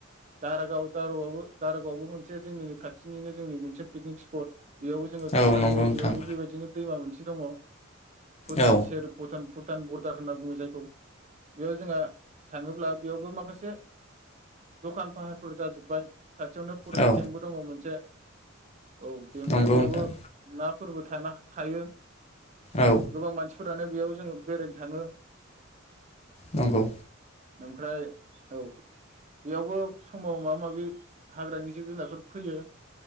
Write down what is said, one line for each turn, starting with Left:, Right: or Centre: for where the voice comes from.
Right: दारागाव दारगावाबो दारागावाबो मोनसे जोंनि खाथिनिनो जोंनि मोनसे पिकनिक स्पट बेयावबो जोङो
Left: औ
Right: थांनो हायो
Left: नंगौ नोंथां
Right: बेयावबो बेबायदिनो दैमा मोनसे दङ भुटान
Left: औ
Right: सेर भुटानफुर भुटान बरदार होनना बुङो जायखौ बेयाव जोंङा थाङोब्ला बेयावबो माखासे दखान फाहारफोर जाजोब्बाय खाथियावनो फरेस्ट
Left: औ
Right: केम्पबो दङ मोनसे औ बेनिफ्राय
Left: नंगौ
Right: बेयावबो
Left: नोंथां
Right: ना फोरबो थानाह थायो
Left: औ
Right: गोबां मानसि फोरानो बेयाव जोङो बेरायनो थाङो
Left: नंगौ
Right: उम ओमफ्राय औ बेयावबो समाव माबा माबि हाग्रानि जिब जुनारफोर फैयो